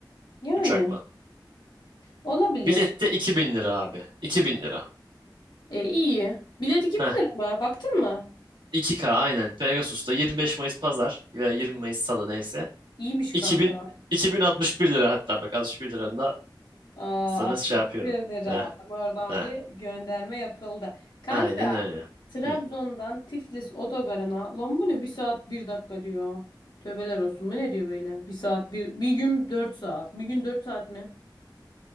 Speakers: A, on the left; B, on the right.
A: Yani
B: uçakla.
A: olabilir.
B: Bilet de 2000 lira abi. 2000 lira.
A: E, iyi. Bilet iki
B: Heh,
A: bin lira mı? Baktın mı?
B: iki k aynen. Pegasus'ta 25 Mayıs pazar veya 20 Mayıs salı neyse.
A: İyiymiş
B: iki
A: kanka.
B: iki bin iki bin altmış bir lira hatta bak 61 liranın da
A: Aa,
B: sana
A: 62
B: şey yapıyorum.
A: lira.
B: Heh,
A: Bak oradan
B: heh.
A: bir gönderme yapıldı. Kanka
B: Aynen öyle.
A: Trabzon'dan
B: Hı.
A: Tiflis otogarına lan bu ne bir saat bir dakika diyor. Tövbeler olsun. Bu ne diyor böyle? Bir saat bir, bir gün dört saat. Bir gün dört saat mi?